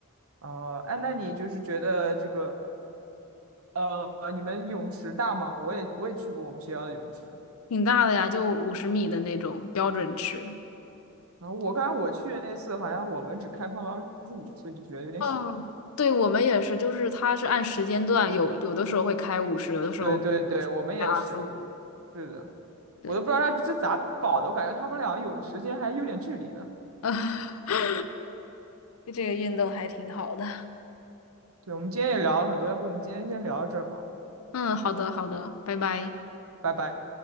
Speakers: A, on the right; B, on the left.
A: 啊，哎，那你就是觉得这个呃，你们泳池大吗？我也我也去过我们学校的泳池。
B: 挺大的呀，就五十米的那种标准池。
A: 然后我刚才我去的那次好像我们只开放了二十五岁，就觉得有点小。
B: 嗯，对，我们也是，就是它是按时间段，有有的时候会开五十，有的时候。
A: 对对对，我们也是，
B: 还二十五。
A: 是的，
B: 对，
A: 我都不知道他这咋搞的，我感觉他们俩泳池间还有点距离呢。
B: <laughs> 呃，这个运动还挺好的。
A: 对，我们今天也聊了很多，要不我们今天先聊到这儿吧，
B: 嗯，好的，好的，拜拜。
A: 拜拜。